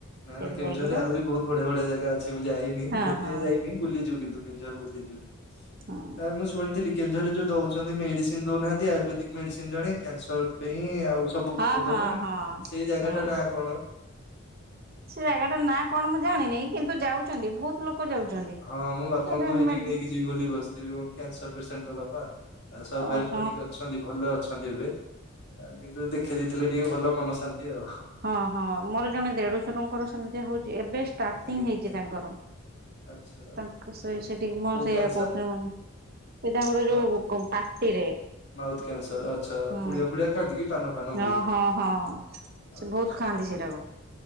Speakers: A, on the left; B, on the right.
A: ନାଁ
B: ସେଠି
A: ନାଁ କେଁଝରରେ
B: ଯାଇକିନା
A: ଆହୁରି ବୋହୁତ ବଢ଼ିଆ ବଢ଼ିଆ ଜାଗା ଅଛି ମୁଁ ଯାଇନି।
B: ହଁ
A: ଉଁ ଏତେ
B: ହଁ
A: ଯାଇନି ବୁଲିଚୁ କିନ୍ତୁ କେଉଁଝର ବୁଲିଚୁ
B: ହଁ
A: ତା ମୁଁ ଶୁଣିଥିଲି କେଉଁଝରରେ ଯୋଉ ଦଉଚନ୍ତି ମେଡ଼ିସିନ୍ ଦୋଉନାହାନ୍ତି ଆୟୁର୍ବେଦିକ୍ ମେଡ଼ିସିନ୍ ଜଣେ କ୍ୟାନ୍ସର୍ ପାଇଁ ଆଉ ସବୁ
B: ହଁ
A: ରୋଗ
B: ହଁ
A: ପାଇଁ
B: ହଁ
A: ସେଇ ଜାଗା
B: ହଁ
A: ଟା ନା କଣ?
B: ସେ ଜାଗାଟା ନାଁ କଣ ମୁଁ ଜାଣିନି କିନ୍ତୁ ଯାଉଛନ୍ତି ବହୁତ ଲୋକ ଯାଉଛନ୍ତି।
A: ହଁ ମୁଁ ବାପାଙ୍କୁ
B: ଗୋଟେ
A: ହେଇଠିକି
B: ମେ
A: ନେଇକି ଯିବି ବୋଲି ବସିଥିଲି କ୍ୟାନସର ପେସେଣ୍ଟ ତ ବାପା। <unintelligible>
B: ହଁ ଅସ
A: କରିକି ଅଛନ୍ତି ଭଲ ଅଛନ୍ତି ଏବେ କିନ୍ତୁ ଦେଖେଇ ଦେଇଥିଲେ ଟିକେ ଭଲ ମନ ଶାନ୍ତି ଆଉ
B: ହଁ ହଁ ମୋର ଜଣେ ଦେଢଶୁହଙ୍କର ସେମିତି ହଉଛି ଏବେ ଷ୍ଟାଟିଙ୍ଗ
A: ଆଜ୍ଞା
B: ହେଇଛି
A: ଆଜ୍ଞା
B: ତାଙ୍କର
A: ଆଚ୍ଛା।
B: ତାଙ୍କ ସେ ସେଠିକି ମ
A: କୋଉ
B: ସେଇୟା
A: କ୍ୟାନସର
B: କହୁଥିଲି ମ ଏ ତାଙ୍କର
A: ମା
B: ଯୋଉ ପାଟିରେ
A: ମାଉଥ କ୍ୟାନସର ଆଚ୍ଛା
B: ହୁଁ
A: ପୁଡିଆ ଫୁଡିଆ ଖାଆନ୍ତି କି ପାନ ଫାନ
B: ହଁ
A: ବହୁତ?
B: ହଁ ହଁ ସେ
A: ଆଚ୍ଛା
B: ବହୁତ ଖାଆନ୍ତି ସେଟାକୁ।